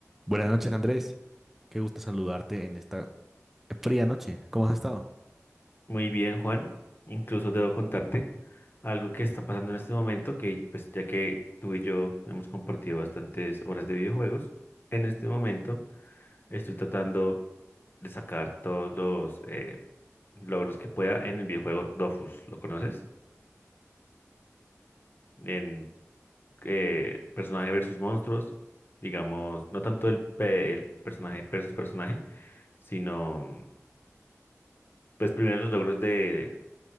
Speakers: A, in the centre; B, on the left.
A: Buenas noches, Andrés. Qué gusto saludarte en esta fría noche. ¿Cómo has estado?
B: Muy bien, Juan. Incluso debo contarte algo que está pasando en este momento, que pues ya que tú y yo hemos compartido bastantes horas de videojuegos, en este momento estoy tratando de sacar todos los eh, logros que pueda en el videojuego Dofus. ¿Lo conoces? En eh, personaje versus monstruos, digamos, no tanto el, pe- el personaje versus personaje, sino pues primero los logros de